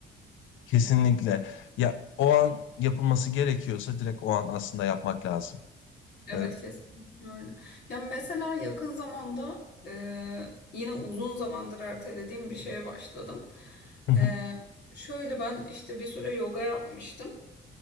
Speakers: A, on the left; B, on the left.
A: Kesinlikle. Ya o an yapılması gerekiyorsa direkt o an aslında yapmak lazım.
B: Evet
A: Ee,
B: kesinlikle öyle. Ya mesela yakın zamanda e, yine uzun zamandır ertelediğim bir şeye başladım.
A: <laughs>
B: E, şöyle ben işte bir süre yoga yapmıştım